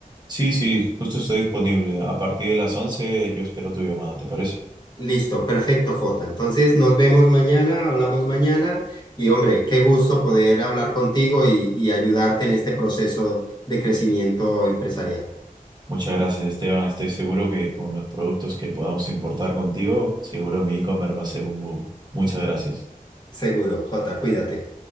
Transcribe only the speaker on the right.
Sí, sí, justo estoy disponible. A partir de las 11. yo espero tu llamada, ¿te parece?
Muchas gracias, Esteban. Estoy seguro que con los productos que podamos importar contigo, seguro mi e-commerce va a ser un boom. Muchas gracias.